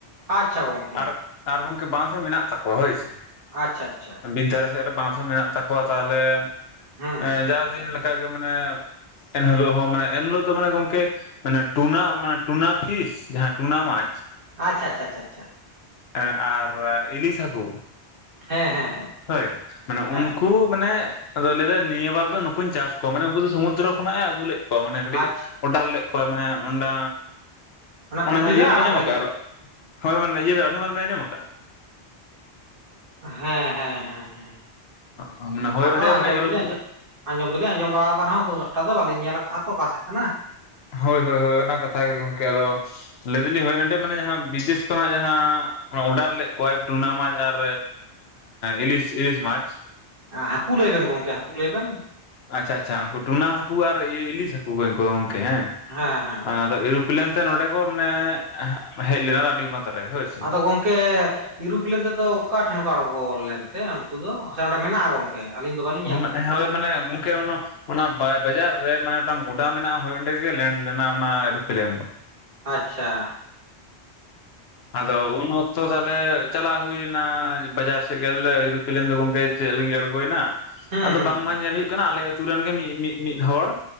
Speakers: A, on the right; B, on the left.
A: ᱟᱪᱪᱷᱟ ᱜᱚᱝᱠᱮ
B: ᱟᱨ ᱟᱨ ᱜᱚᱢᱠᱮ ᱵᱟᱸᱥ ᱦᱚᱸ ᱢᱮᱱᱟᱜ ᱛᱟᱠᱚᱣᱟ ᱦᱳᱭ ᱥᱮ
A: ᱟᱪᱪᱷᱟ ᱟᱪᱪᱷᱟ
B: ᱵᱤᱫᱽ ᱫᱷᱟᱨᱮ ᱥᱮᱫ ᱨᱮ ᱵᱟᱸᱫᱷ ᱦᱸ ᱢᱮᱱᱟᱜ ᱛᱟᱠᱚᱣᱟ ᱛᱟᱦᱚᱞᱮ
A: ᱦᱮᱸ
B: ᱮᱸ ᱡᱟᱣ ᱫᱤᱱ ᱞᱮᱠ ᱛᱟᱜ ᱢᱟᱱᱮ ᱮᱱᱦᱤᱞᱳᱜ ᱦᱚᱸ ᱢᱟᱱᱮ ᱮᱱᱦᱤᱞᱳᱜ ᱫᱚ ᱢᱟᱱᱮ ᱜᱚᱝᱠᱮ ᱮᱱᱮ ᱴᱩᱱᱟᱹᱜ ᱢᱟᱱᱮ ᱴᱩᱱᱟ ᱯᱷᱤᱥ ᱡᱟᱦᱟᱸ ᱴᱩᱱᱟ ᱢᱟᱪᱷ
A: ᱟᱪᱪᱷᱟ ᱪᱷᱟ ᱪᱷᱟ ᱪᱷᱟ
B: ᱮᱸ ᱟᱨ ᱤᱞᱤᱥ ᱦᱟᱹᱠᱩ
A: ᱦᱮᱸ ᱦᱮᱸ ᱦᱮᱸ
B: ᱦᱳᱭ ᱢᱟᱱᱮ
A: ᱦᱮᱸ
B: ᱩᱱᱠᱩ ᱢᱟᱱᱮ ᱟᱫᱚ ᱞᱟᱹᱭ ᱫᱟᱭ ᱱᱤᱭᱟᱹ ᱵᱟᱨ ᱫᱚ ᱱᱩᱠᱩᱧ ᱪᱟᱥ ᱠᱚᱣᱟ ᱢᱟᱱᱮ ᱩᱱᱠᱩ ᱫᱚ ᱥᱚᱢᱩᱫᱨᱚ ᱠᱷᱚᱱᱟᱜᱼᱮ ᱟᱹᱜᱩ ᱞᱮᱫ ᱠᱚᱣᱟ ᱢᱟᱱᱮ ᱠᱟᱹᱴᱤᱡ
A: ᱟᱪᱪᱷᱟ
B: ᱚᱰᱟᱨ ᱞᱮᱫ ᱠᱚᱣᱟᱭ ᱢᱟᱱᱮ ᱚᱱᱟ
A: ᱚᱱᱟ
B: ᱚᱱᱮ
A: ᱯᱩᱠᱷᱨᱤ
B: ᱦᱟᱜ
A: ᱨᱮ
B: ᱤᱭᱟᱹ
A: ᱟᱲᱟᱜ
B: ᱵᱮᱱ ᱟᱸᱡᱚᱢ
A: ᱞᱟᱹᱜᱤᱫ
B: ᱟᱠᱟᱫᱼᱟ ᱟᱨ ᱦᱳᱭ ᱢᱟᱱᱮ ᱤᱭᱟᱹ ᱨᱟᱱᱤᱵᱟᱱᱫᱷ ᱵᱮᱱ ᱟᱸᱡᱚᱢ ᱟᱠᱟᱜᱼᱟ
A: ᱦᱮᱸ ᱦᱮᱸ ᱦᱮᱸ ᱦᱮᱸ
B: ᱦᱚᱸ ᱢᱟᱱᱮ ᱦᱳᱭ
A: ᱟᱫᱚ
B: ᱚᱸᱰᱮ
A: ᱟᱸᱡᱚᱢ
B: ᱢᱟᱱᱮ
A: ᱫᱚᱞᱤᱧ
B: ᱨᱩᱯ
A: ᱟᱸᱡᱚᱢ ᱟᱸᱡᱚᱢ ᱫᱚᱞᱤᱧ ᱟᱸᱡᱚᱢ ᱵᱟᱲᱟ ᱟᱠᱟᱫ ᱨᱮᱦᱚᱸ ᱟᱫᱚ ᱩᱱᱟᱹᱜᱴᱟ ᱫᱚ ᱵᱟᱞᱤᱧ ᱧᱮᱞ ᱟᱠᱟᱫᱼᱟ ᱛᱚ ᱚᱠᱟ ᱥᱮᱫ ᱠᱟᱱᱟ
B: ᱦᱳᱭ ᱦᱳᱭ ᱦᱳᱭ ᱚᱱᱟ ᱠᱟᱛᱷᱟ ᱜᱮ ᱜᱚᱝᱠᱮ ᱟᱫᱚ ᱞᱟᱹᱭ ᱫᱟᱞᱤᱧ ᱦᱳᱭ ᱚᱸᱰᱮ ᱢᱟᱱᱮ ᱡᱟᱦᱟᱸ ᱵᱤᱫᱮᱥ ᱠᱷᱚᱱᱟᱜ ᱡᱟᱦᱟᱸ ᱚᱰᱟᱨ ᱞᱮᱫ ᱠᱚᱣᱟᱭ ᱴᱩᱱᱟ ᱢᱟᱪᱷ ᱟᱨ ᱤᱞᱤᱥ ᱤᱞᱤᱥ ᱢᱟᱪᱷ
A: ᱦᱟᱹᱠᱩ ᱞᱟᱹᱭ ᱵᱮᱱ ᱜᱚᱝᱠᱮ ᱦᱟᱹᱠᱩ ᱞᱟᱹᱭ ᱵᱮᱱ
B: ᱟᱪᱪᱷᱟ ᱟᱪᱪᱷᱟ ᱩᱱᱠᱩ ᱴᱩᱱᱟ ᱦᱟᱹᱠᱩ ᱟᱨ ᱤᱞᱤᱥ ᱦᱟᱹᱠᱩ ᱜᱮ ᱜᱚᱝᱠᱮ ᱦᱮᱸ
A: ᱦᱮᱸ ᱦᱮᱸ
B: ᱟᱨ
A: ᱦᱮᱸ
B: ᱯᱞᱮᱱ ᱛᱮ ᱱᱚᱰᱮ ᱠᱚ ᱢᱟᱱᱮ ᱦᱮᱡ ᱞᱮᱱᱟ ᱨᱟᱱᱤᱵᱟᱸᱫᱷ ᱨᱮ ᱦᱳᱭ ᱥᱮ
A: ᱟᱫᱚ ᱜᱚᱝ ᱜᱚᱢᱠᱮ ᱤᱨᱩᱯᱞᱮᱱ ᱛᱮᱫᱚ ᱚᱠᱟ ᱴᱷᱮᱱ ᱠᱚ ᱟᱬᱜᱚ ᱞᱮᱱᱛᱮ ᱩᱱᱠᱩ ᱫᱚ ᱥᱮ ᱚᱸᱰᱮ ᱢᱮᱱᱟᱜᱼᱟ ᱜᱚᱝᱠᱮ ᱟᱹᱞᱤᱧ ᱫᱚ ᱵᱟᱞᱤᱧ
B: ᱦᱚᱸ ᱢᱟᱱᱮ ᱦᱳᱭ ᱢᱟᱱᱮ ᱚᱱᱚ ᱚᱱᱟ ᱵᱟᱡᱟᱨ ᱨᱮ ᱢᱟᱱᱮ ᱢᱤᱫ ᱴᱟᱝ ᱜᱚᱰᱟ ᱢᱮᱱᱟᱜᱼᱟ ᱦᱳᱭ ᱚᱸᱰᱮ ᱜᱮ ᱞᱮᱱᱰ ᱞᱮᱱᱟ ᱚᱱᱟ ᱮᱨᱳᱯᱞᱮᱱ ᱫᱚ
A: ᱟᱪᱪᱷᱟ
B: ᱟᱫᱚ ᱩᱱ ᱚᱠᱛᱚ ᱛᱟᱦᱞᱮ ᱪᱟᱞᱟ ᱦᱩᱭᱱᱟ ᱵᱟᱡᱟᱨ ᱥᱮᱫ ᱜᱮ ᱤᱨᱩᱯᱞᱮᱱ ᱫᱚ ᱜᱚᱝᱠᱮ ᱪᱮᱫ ᱞᱟᱹᱜᱤᱫ ᱟᱬᱜᱚᱭᱱᱟ
A: ᱦᱩᱸ
B: ᱟᱫᱚ
A: ᱦᱩᱸ
B: ᱵᱟᱝ
A: ᱦᱩᱸ
B: ᱢᱟ ᱧᱮᱞ ᱦᱩᱭᱩᱜ ᱠᱟᱱᱟ ᱟᱞᱮ ᱟᱹᱛᱩ ᱨᱮᱱ ᱜᱮ ᱢᱤ ᱢᱤ ᱢᱤᱫ ᱦᱚᱲ